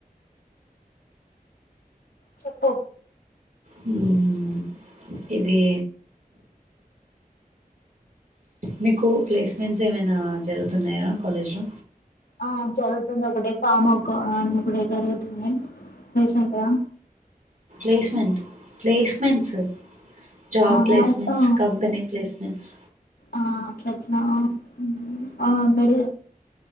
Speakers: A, on the left; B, on the right.
A: చెప్పు
B: హ్మ్మ్ ఇది మీకు ప్లేస్మెంట్స్ ఏమైనా జరుగుతు జరుగుతున్నాయా కాలేజ్ లో
A: ఆ జరుగుతుంది ఒకటి పామోక అని కూడా జరుగుతునై రీసెంట్ గా
B: ప్లేస్మెంట్ ప్లేస్మెంట్స్ జాబ్
A: ఆ
B: ప్లేస్మెంట్స్
A: ఆ
B: కంపెనీ ప్లేస్మెంట్స్
A: ఆ అట్లా వచ్చినవా ఉమ్ ఆ మెడి